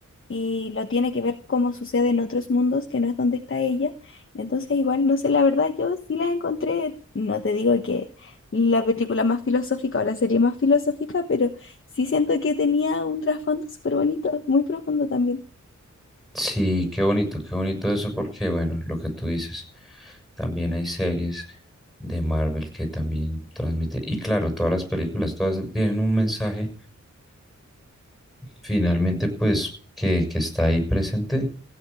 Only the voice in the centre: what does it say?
Sí, qué bonito, qué bonito eso porque, bueno, lo que tú dices. También hay series de Marvel que también transmite. Y claro, todas las películas, todas tienen un mensaje finalmente, pues, que, que está ahí presente,